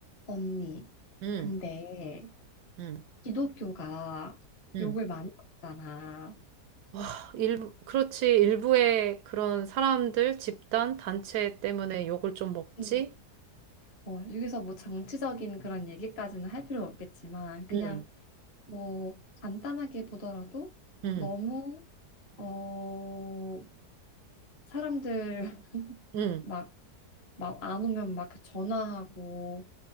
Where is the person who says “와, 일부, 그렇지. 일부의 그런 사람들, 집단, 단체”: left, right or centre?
Right